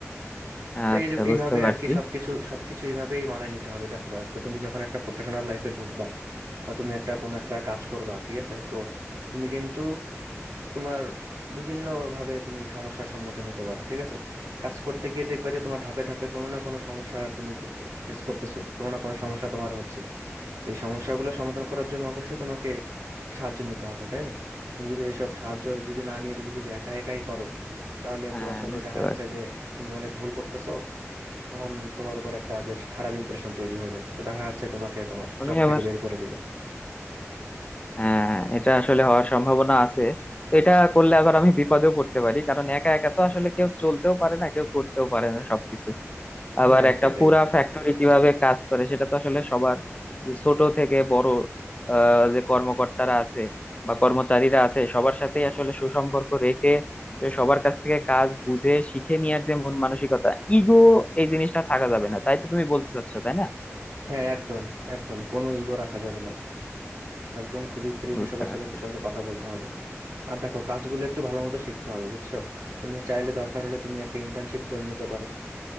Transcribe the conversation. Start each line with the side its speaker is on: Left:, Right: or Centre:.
Right: তো
Left: আচ্ছা
Right: এই এইভাবে
Left: বুঝতে পারছি
Right: আর কি সবকিছু সবকিছু এইভাবেই মানায় নিতে হবে দেখো ভাই, তো তুমি যখন একটা প্রফেশনাল লাইফে ঢুকবা বা তুমি একটা কোনো একটা কাজ করবা ঠিক আছে তো তুমি কিন্তু তোমার বিভিন্ন ভাবে তুমি সমস্যার সম্মুখীন হতে পারো ঠিক আছে কাজ করতে গিয়ে দেখবা যে তোমার ধাপে ধাপে কোনো না কোনো সমস্যা তুমি ফেস করতেছোই কোনো না কোনো সমস্যা তোমার হচ্ছে তো এই সমস্যাগুলো সমাধান করার জন্য অবশ্যই তোমাকে সাহায্য নিতে হবে তাই না তুমি যদি এসব সাহায্য যদি না নিয়ে তুমি যদি একা একাই করো তাহলে
Left: হ্যাঁ
Right: তো আসলে
Left: বুঝতে
Right: দেখা যাচ্ছে
Left: পারছি
Right: যে তুমি অনেক ভুল করতেছো তখন তোমার উপর একটা বেশ খারাপ ইমপ্রেশন তৈরি হয়ে যাবে তো দেখা যাচ্ছে তোমাকে তোমার
Left: আমি
Right: জব
Left: আবার
Right: থেকে বের করে দিল
Left: হ্যাঁ এটা আসলে হওয়ার সম্ভাবনা আছে তো এটা করলে আবার আমি বিপদেও পড়তে পারি কারণ একা একা তো আসলে কেউ চলতেও পারে না কেউ করতেও পারে না সবকিছু আবার
Right: হ্যাঁ
Left: একটা
Right: সেটাই
Left: পুরা ফ্যাক্টরি কিভাবে কাজ করে সেটা তো আসলে সবার যে ছোট থেকে বড় আহ, যে কর্মকর্তারা আছে বা কর্মচারীরা আছে সবার সাথেই আসলে সুসম্পর্ক রেখে এ সবার কাছ থেকে কাজ বুঝে শিখে নেওয়ার যে মন মানসিকতা ইগো এই জিনিসটা থাকা যাবে না তাই তো তুমি বলতে চাচ্ছো তাই না
Right: হ্যাঁ একদম একদম কোনো ইগো রাখা যাবে না একদম খুবই ফ্রিলি
Left: বুঝতে
Right: সবার
Left: পারছি
Right: সাথে সঙ্গে কথা বলতে হবে আর দেখো কাজগুলো একটু ভালো মতো শিখতে হবে বুঝছো তুমি চাইলে দরকার হলে তুমি একটা ইন্টার্নশিপ করে নিতে পারো